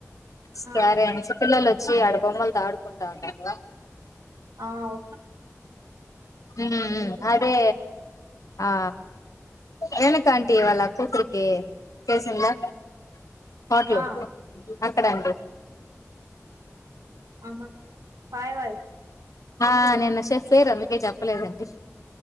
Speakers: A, on the left; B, on the right.
A: సరే
B: ఆ
A: అండి పిల్లలు చ్చి అడబొమ్మలతో ఆడుకుంటా ఉన్నారు
B: ఆ వ
A: హ్మ్
B: వినిపిస్తాంది
A: అదే ఆ వెకంటీ వాళ్ళ కూతురికి కేసిందా హోట్లు
B: ఆ
A: అక్కడండి
B: ఆ ఫైవ్ వయిస్
A: ఆ నేన్న షేఫ్ఫార్ అందుకే చెప్పలేదండి